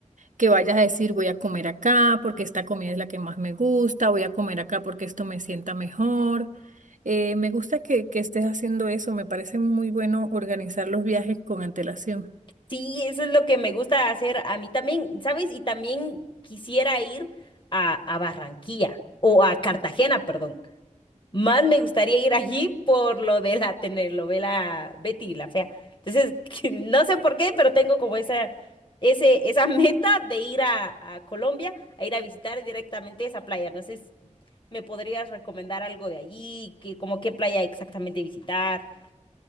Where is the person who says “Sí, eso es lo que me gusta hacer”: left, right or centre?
Left